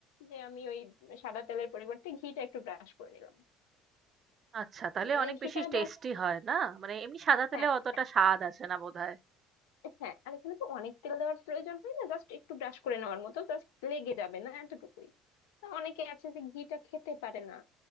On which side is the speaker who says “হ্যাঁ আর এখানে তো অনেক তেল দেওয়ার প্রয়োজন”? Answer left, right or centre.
Left